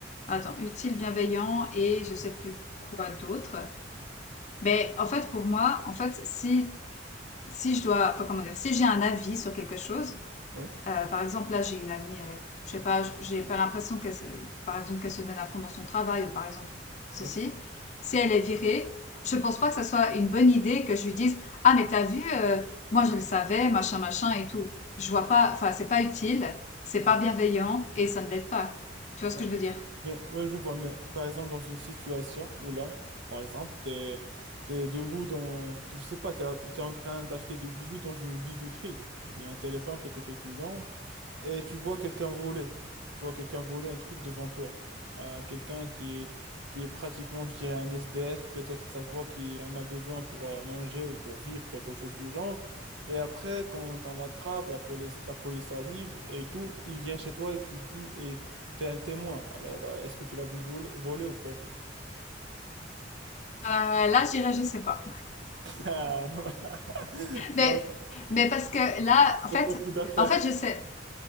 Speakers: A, on the left (about 40°); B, on the right (about 80°).
A: attends, utile, bienveillant et je sais plus quoi d'autre. Ben, en fait, pour moi, en fait, si, si je dois, enfin, comment dire, si j'ai un avis sur quelque chose,
B: ouais,
A: euh, par exemple, là, j'ai une amie, euh, je sais pas, j- j'ai pas l'impression qu'elle, se- par exemple, qu'elle se donne à fond dans son travail, ou par exemple, ceci.
B: ouais.
A: Si elle est virée, je pense pas que ça soit une bonne idée que je lui dise, ah, mais t'as vu, euh, moi, je le savais, machin, machin et tout. Je vois pas, enfin, c'est pas utile, c'est
B: ouais.
A: pas bienveillant, et ça ne l'aide pas. Tu vois ce
B: ouais.
A: que je veux dire?
B: Mais, ouais, je vois, mais par exemple, dans une situation où là, par exemple, t'es, t'es debout dans, je sais pas, t'es, t'es en train d'acheter des bijoux dans une bijouterie, ou bien un téléphone, quelque chose du genre. et tu vois quelqu'un voler. Tu vois quelqu'un voler un truc devant toi. Euh, quelqu'un qui est, qui est pratiquement, je dirais, un SDF. Peut-être ça se voit qu'il en a besoin pour euh, manger ou pour vivre, quelque chose du genre. Et après, quand on l'attrape, la police, la police arrive et tout, il vient chez toi et tu dis, et t'es un témoin. Alors, euh, est-ce que tu l'as vu voler, voler ou pas? <laughs>
A: Euh, là, je dirais, je sais pas.
B: Ah, <laughs>
A: Mais,
B: non
A: mais parce que là, en
B: c'est
A: fait,
B: parti d'affaire.
A: en fait, je sais,